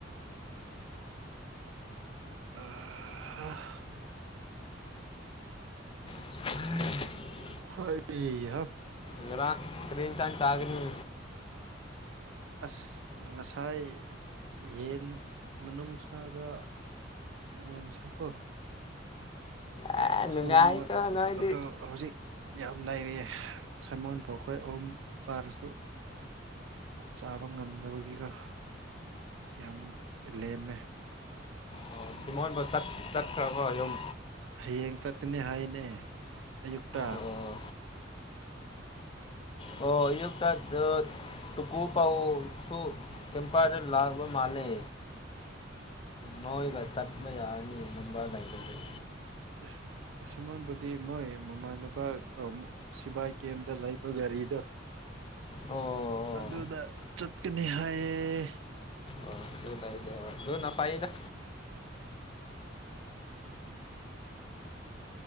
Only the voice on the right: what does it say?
ꯑ
ꯍꯥꯏ ꯍꯥ
ꯑꯁ ꯉꯥꯁꯥꯏ ꯊꯥꯏ ꯌꯦꯟ ꯃꯅꯨꯡꯁꯥꯒ ꯌꯦꯟꯁꯦ ꯀꯣ
ꯊꯣꯡꯕ
ꯑꯗꯨ ꯍꯧꯖꯤꯛ ꯌꯥꯝ ꯂꯩꯥꯏꯔꯤ ꯁꯥꯏꯃꯣꯟ ꯐꯥꯎ ꯑꯩꯈꯣꯏ ꯑꯍꯨꯝ ꯆꯥꯔꯁꯨ ꯆꯥꯕ ꯉꯝꯗꯕꯒꯤꯒ ꯌꯥꯝ ꯂꯦꯝꯃꯦ
ꯍꯌꯦꯡ ꯆꯠꯀꯅꯤ ꯍꯥꯏꯅꯦ ꯑꯌꯨꯛꯇ
<unintelligible> ꯁꯃꯣꯟꯕꯨꯗꯤ ꯃꯣꯏ ꯃꯃꯥꯟꯅꯕ ꯁꯤꯕꯥꯏ ꯀꯦꯝꯗ ꯂꯩꯕ ꯒꯥꯔꯤꯗꯣ
ꯑꯗꯨꯗ ꯆꯠꯀꯅꯤ ꯍꯥꯏꯌꯦ